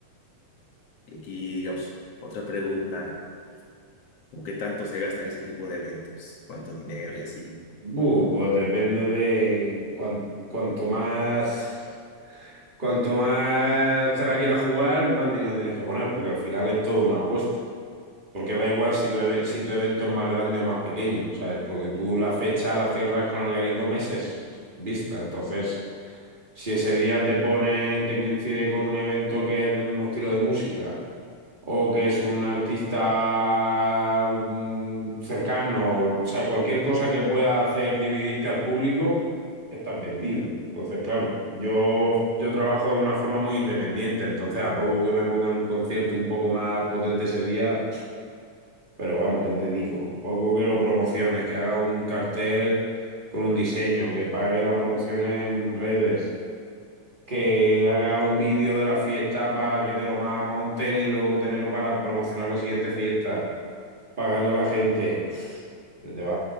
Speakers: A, on the left; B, on the right.
A: Y aquí, digamos, otra pregunta, ¿cómo qué tanto se gasta en ese tipo de eventos? ¿Cuánto dinero y así?
B: Bu, pues depende de cuan- cuanto más, cuanto más te la quieras jugar, más dinero tienes que poner, porque al final es todo una apuesta. Porque da igual si tu, eve- si tu evento es más grande o más pequeño, ¿sabes? Porque tú la fecha la cierras con el garito meses vista. Entonces, si ese día te ponen, te coincide con un evento que es del mismo estilo de música o que es un artista mm, cercano, o sea, cualquier cosa que pueda hacer dividirte al público, estás vendido. Entonces, claro, yo, yo trabajo de una forma muy independiente, entonces a poco que me pongan un concierto un poco más potente ese día, pero vamos, ya te digo, a poco que lo promociones, que haga un cartel con un diseño, que pague la promoción en redes, que haga un vídeo de la fiesta para que te lo monten y luego tenerlo para promocionar la siguiente fiesta, pagarle a la gente, que te, va-